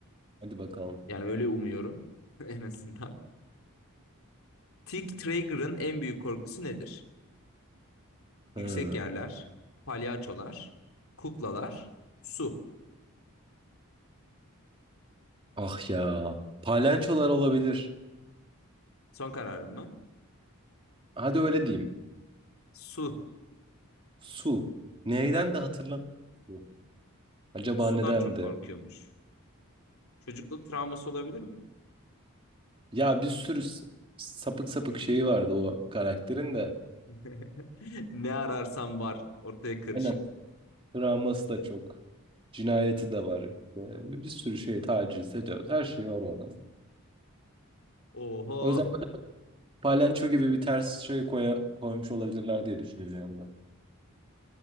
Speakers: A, on the right (about 25°); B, on the left (about 75°).
A: Hadi bakalım.
B: Yani öyle umuyorum <laughs> en azından. Tick Traeger'ın en büyük korkusu nedir?
A: Hı.
B: Yüksek yerler, palyaçolar, kuklalar, su.
A: Ah ya. Palençolar olabilir.
B: Son kararım mı?
A: Hadi öyle diyeyim.
B: Su.
A: Su. Neyden
B: Evet.
A: de hatırlamıyorum. Acaba
B: Sudan
A: neden
B: çok
A: de?
B: korkuyormuş. Çocukluk travması olabilir mi?
A: Ya bir sürü s- sapık sapık şeyi vardı o karakterin de.
B: <laughs> Ne ararsam var. Ortaya karışık.
A: Aynen. Travması da çok. Cinayeti de var. İşte Bir, bir sürü şey taciz, tecavüz. Her şey var o adam.
B: Oho.
A: O yüzden Palenço gibi bir ters şey koya, koymuş olabilirler diye düşünüyorum ben.